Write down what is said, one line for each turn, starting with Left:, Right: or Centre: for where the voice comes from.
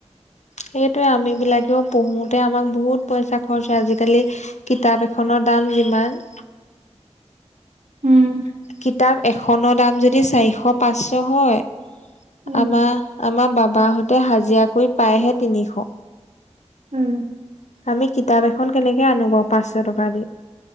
Left: সেইটোৱে আমি বিলাকেও পঢ়োতে, আমাক বহুত পইচা খৰচ হয় আজিকালি। কিতাপ এখনৰ দাম যিমান।
Right: উম।
Left: কিতাপ এখনৰ দাম যদি চাৰিশ পাঁচশ হয়,
Right: উম,
Left: আমাৰ আমাৰ বাবাহঁতে হাজিৰা কৰি পায়হে তিনিশ।
Right: উম।
Left: আমি কিতাপ এখন কেনেকে আনো বাৰু, পাঁচশ টকা দি।